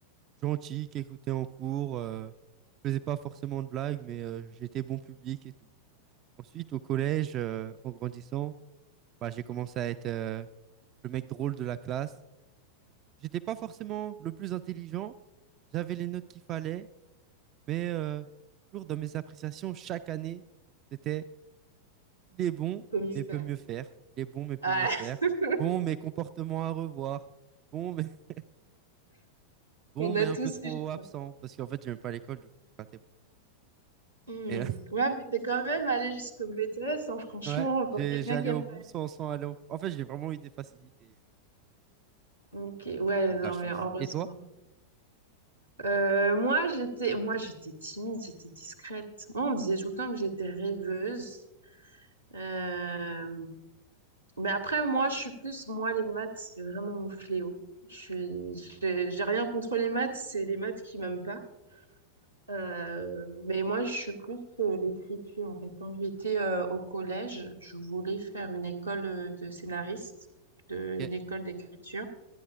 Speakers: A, on the right; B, on the right.
A: gentil qui écoutait en cours, euh, je faisais pas forcément de blagues, mais euh, j'étais bon public et tout. Ensuite, au collège, euh, en grandissant, bah, j'ai commencé à être euh, le mec drôle de la classe. J'étais pas forcément le plus intelligent, j'avais les notes qu'il fallait, mais euh, toujours dans mes appréciations chaque année, c'était Il est bon,
B: Comme une
A: mais
B: paire.
A: peut mieux faire. Il est bon, mais peut
B: Ah,
A: mieux faire.
B: <laughs>
A: Bon, mais comportement à revoir. Bon, mais, <laughs> bon,
B: on
A: mais
B: a
A: un
B: tous
A: peu trop
B: eu. je
A: absent.
B: crois.
A: Parce qu'en fait, j'aime pas l'école, du coup, j'ai raté beaucoup.
B: Hmm.
A: Mais, euh,
B: Ouais, mais t'es quand même allé jusqu'au BTS, hein, franchement,
A: <laughs> ouais, j'ai,
B: pour quelqu'un
A: j'allais
B: qui aime.
A: au bout sans, sans aller au... En fait, j'ai vraiment eu des facilités.
B: Ok, ouais,
A: J'ai eu
B: non,
A: de la chance.
B: mais heureusement.
A: Et toi?
B: Euh, moi, j'étais, moi, j'étais timide, j'étais discrète. Moi, on me disait tout le temps que j'étais rêveuse. Euh, Mais après, moi, je suis plus, moi, les maths, c'est vraiment mon fléau. Je suis, j'ai j'ai rien contre les maths, c'est les maths qui m'aiment pas. Euh, mais moi, je suis plus euh, l'écriture. En fait, quand j'étais euh, au collège, je voulais faire une école euh, de scénariste, de,
A: Ok.
B: une école d'écriture.